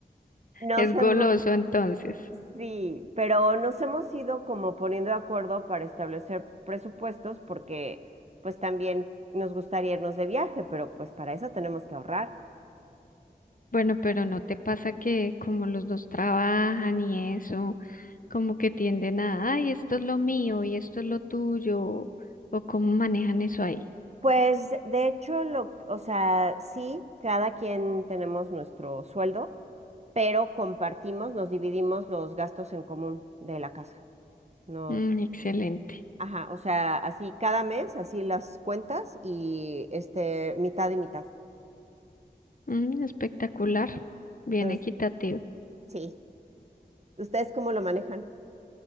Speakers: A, on the right (about 40°); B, on the left (about 55°).
A: nos
B: Es
A: hemos,
B: goloso entonces.
A: sí, pero nos hemos ido como poniendo de acuerdo para establecer presupuestos porque pues también nos gustaría irnos de viaje, pero pues para eso tenemos que ahorrar.
B: Bueno, pero ¿no te pasa que como los dos trabajan y eso, como que tienden a, ay, esto es lo mío y esto es lo tuyo, o cómo manejan eso ahí?
A: Pues de hecho, lo, o sea, sí, cada quien tenemos nuestro sueldo, pero compartimos, nos dividimos los gastos en común de la casa. Nos,
B: Mm, excelente,
A: ajá, o sea, así cada mes, así las cuentas y este, mitad y mitad.
B: Mm, espectacular, bien
A: Entonces,
B: equitativo.
A: sí. ¿Ustedes cómo lo manejan?